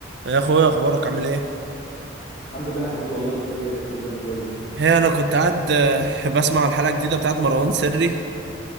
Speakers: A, on the right (about 60°); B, on the left (about 35°).
A: يا اخويا اخبارك عامل ايه
B: الحمد لله يا حبيبي والله بخير كله زي الفل
A: هي انا كنت قاعد آه، بسمع الحلقه الجديده بتاعت مروان سري